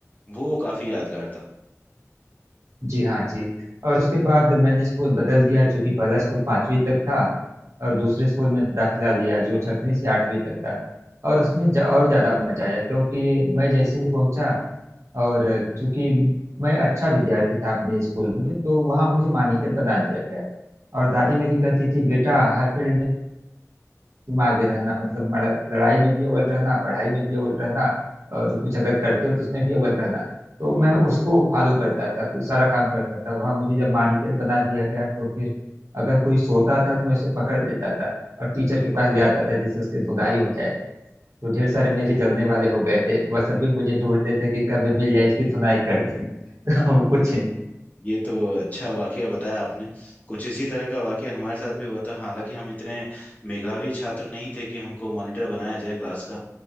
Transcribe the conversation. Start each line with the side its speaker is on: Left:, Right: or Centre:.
Left: वो काफी यादगार था
Right: जी हाँ जी और उसके बाद मैंने स्कूल बदल दिया जो कि पहला स्कूल पांचवी तक था और दूसरे स्कूल में दाखिला लिया जो छठवीं से आठवीं तक था और उसमें ज- और ज्यादा मजा आया क्योंकि मैं जैसे ही पहुंचा और चूंकि मैं अच्छा विद्यार्थी था अपने स्कूल में तो वहाँ मुझे मॉनिटर बना दिया गया और दादी मेरी कहती थी बेटा हर फील्ड में तुम आगे रहना मतलब मरा- लड़ाई में भी अव्वल रहना पढ़ाई में भी अव्वल रहना और कुछ अगर करते हो तो उसमें भी अव्वल रहना तो मैं उसको फॉलो करता था तो सारा काम करता था वहाँ मुझे जब मॉनिटर बना दिया गया तो फिर अगर कोई सोता था तो मैं उसे पकड़ लेता था और टीचर के पास ले आता था जिससे उसकी धुलाई हो जाए जो ढेर सारे मेरे जलने वाले हो गए थे वह सभी मुझे ढूंढते थे कि कब ये मिल जाए इसकी धुनाई कर दें <laughs> तो कुछ
Left: ये तो अच्छा वाकया बताया आपने कुछ इसी तरह का वाकया हमारे साथ भी हुआ था हालांकि हम इतने मेधावी छात्र नहीं थे कि हमको मॉनिटर बनाया जाए क्लास का